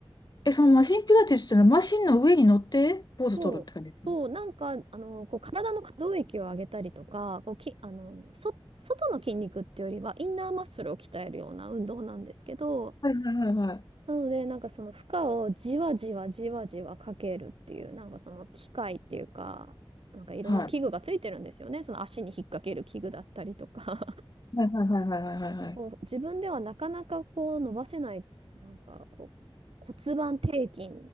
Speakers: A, on the left (about 45°); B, on the right (about 70°).
A: え、そのマシンピラティスっていうのはマシンの上に乗ってポーズ取るって感じですか
B: そう。そう、なんか、あの、こう、体の可動域を上げたりとか、こう、き、あの、そ、外の筋肉っていうよりは、インナーマッスルを鍛えるような運動なんですけど、
A: はいはいはいはい。
B: なので、なんかその負荷をじわじわじわじわかけるっていう、なんかその機械っていうか、なんかいろんな器具がついてるんですよね。
A: はい。
B: その足に引っ掛ける器具だったりとか。
A: はいはいはいはいはいはい。
B: <laughs> でこう、自分ではなかなかこう伸ばせない、なんかこう、骨盤底筋